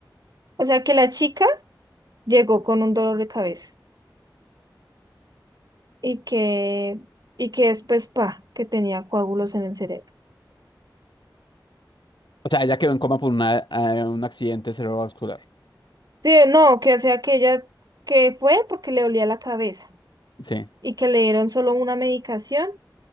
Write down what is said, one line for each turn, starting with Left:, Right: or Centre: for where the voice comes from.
Right: o sea, que la chica llegó con un dolor de cabeza y que, y que después, pa, que tenía coágulos en el cerebro.
Left: O sea, ella quedó en coma por una, eh, un accidente cerebrovascular.
Right: Sí, no, que o sea que ella, que fue porque le dolía la cabeza
Left: Sí.
Right: y que le dieron solo una medicación